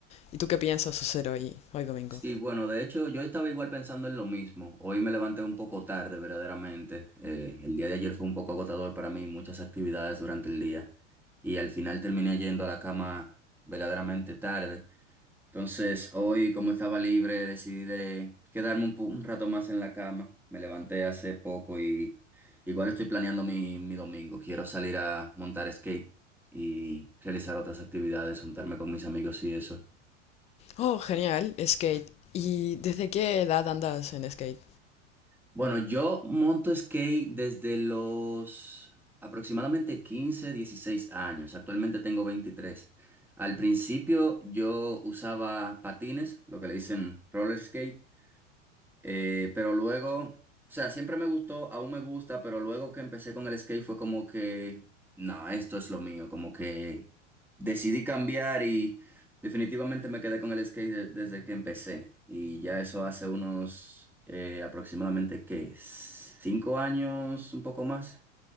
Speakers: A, on the left; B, in the centre.
A: ¿Y tú qué piensas hacer hoy, hoy domingo?
B: Sí, bueno, de hecho yo estaba igual pensando en lo mismo. Hoy me levanté un poco tarde, verdaderamente. Eh, el día de ayer fue un poco agotador para mí, muchas actividades durante el día y al final terminé yendo a la cama verdaderamente tarde. Entonces hoy, como estaba libre, decidí de quedarme un, pu- un rato más en la cama. Me levanté hace poco y igual estoy planeando mi, mi domingo. Quiero salir a montar skate y realizar otras actividades, juntarme con mis amigos y eso.
A: Oh, genial, skate. ¿Y desde qué edad andas en skate?
B: Bueno, yo monto skate desde los aproximadamente 15, 16 años. Actualmente tengo 23. Al principio yo usaba patines, lo que le dicen roller skate, eh, pero luego, o sea, siempre me gustó, aún me gusta, pero luego que empecé con el skate fue como que, no, esto es lo mío, como que decidí cambiar y definitivamente me quedé con el skate de- desde que empecé. Y ya eso hace unos eh, aproximadamente, ¿qué? ¿Cinco años, un poco más?